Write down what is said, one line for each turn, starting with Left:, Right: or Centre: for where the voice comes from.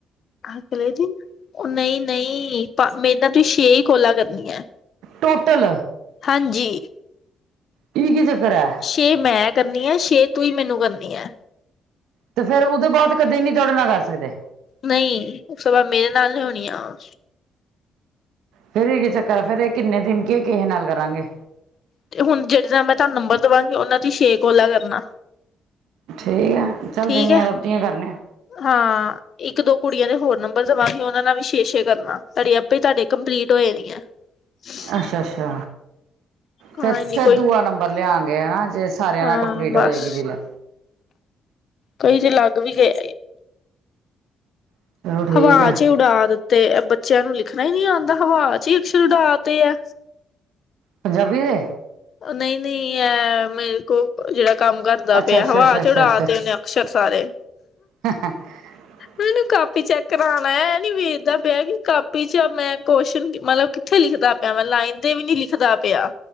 Left: ਅਕਲੇ ਦਿਨ ਓ ਨਈ-ਨਈ ਮੇਰੇ ਨਾਲ ਤੁਸੀਂ ਛੇ ਹੀ ਕੋਲਾ ਕਰਨੀਆਂ ਐ।
Right: ਟੋਟਲ
Left: ਹਾਂਜੀ
Right: ਕੀ-ਕੀ‌ ਚੱਕਰ ਐ।
Left: ਛੇ ਮੈਂ ਕਰਨੀਆਂ ਛੇ ਤੂੰ ਈ ਮੈਨੂੰ ਕਰਨੀਐ।
Right: ਤੇ ਫਿਰ ਉਦੇ ਬਾਅਦ ਕਦੇ ਨੀ ਤੁਹਾਡੇ‌ ਨਾਲ ਕਰ ਸਕਦੇ।
Left: ਨਈ ਉਸ ‌ਤੋ ਬਾਦ ਮੇਰੇ ਨਾਲ ਨੀਂ ਹੋਣੀਆਂ।
Right: ਫਿਰ ਏ ਕੀ ਚੱਕਰ ਫਿਰ ਏ ਕਿੰਨੇ ਦਿਨ ਕੇ ਕਿ ਨਾਲ ਕਰਾਂਗੇ।
Left: ਤੇ ਹੁਣ ਜੇੜੀ ਮੈਂ ਤੁਹਾਨੂੰ ਨੰਬਰ ਦੇਵਾਂਗੀ ਉਨਾਂ ਦੀ ਛੇ ਕੋਲਾ ਕਰਨਾ।
Right: ਠੀਕ ਹੈ ਚੱਲ
Left: ਠੀਕ
Right: ਜਿੰਨੀਆਂ
Left: ਹੈ।
Right: ਲੱਭਦੀਆਂ ਕਰਨੇ ਆ।
Left: ਹਾਂ ਇੱਕ ਦੋ ਕੁੜੀਆਂ ਦੇ ਹੋਰ ਨੰਬਰ ਦਵਾਂਗੀ ਉਨਾ ਨਾਲ ਵੀ ਛੇ-ਛੇ ਕਰਨਾ ਤੁਹਾਡੀ ਆਪੇ ਤੁਹਾਡੇ ਕੰਪਲੀਟ ਹੋਏ ਨੀ ਐ। <inaudible>
Right: ਅੱਛਾ-ਅੱਛਾ
Left: ਹਾਂ
Right: ਫਿਰ-ਫਿਰ
Left: ਇਨੀ ਕੋਈ
Right: ਦੂਆ ਨੰਬਰ ਲਿਆਂਗੇ ਹਨਾ ਜੇ ਸਾਰਿਆਂ
Left: ਹਾਂ
Right: ਨਾਲ ਕੰਪਲੀਟ
Left: ਬਸ
Right: ਹੋ ਜਾਏਗੀ ਜੀ ਲੇ।
Left: ਕਈ ਜੇ ਲੱਗ ਵੀ ਗਏ।
Right: ਚਲੋ ਠੀਕ
Left: ਹਵਾ
Right: ਹੈ
Left: 'ਚ ਉਡਾ ਦਿੱਤੇ ਬੱਚਿਆਂ ਨੂੰ ਲਿਖਣਾ ਈ ਨੀ ਆਂਦਾ ਹਵਾ 'ਚ ਅਕਸ਼ਰ ਉਡਾ ਤੇ ਐ।
Right: ਪੰਜਾਬੀ ਦੇ
Left: ਓ ਨਈ-ਨਈ ਐ ਮੇਰੇ ਕੋ ਓ ਜੇੜਾ ਕੰਮ ਕਰਦਾ
Right: ਅੱਛਾ
Left: ਪਿਆ
Right: ਅੱਛਾ
Left: ਹਵਾ
Right: ਅੱਛਾ ਅੱਛਾ
Left: ਉੜਾ
Right: ਅੱਛਾ
Left: ਤੇ ਉਨੇ ਅਕਸ਼ਰ ਸਾਰੇ
Right: <inaudible>
Left: ਮਿਨੂੰ ਕਾਪੀ ਚੈੱਕ ਕਰਾਨ ਆਇਆ, ਐ ਨੀ ਵੇਖਦਾ ਪਿਆ ਕਿ ਕਾਪੀ 'ਚ ਮੈਂ ਕੁਸ਼ਚਨ ਮਲਬ ਕੀ ਕਿੱਥੇ ਲਿਖਦਾ ਪਿਆ ਵਾ, ਲਾਈਨ ਤੇ ਵੀ ਨੀ ਲਿਖਦਾ ਪਿਆ।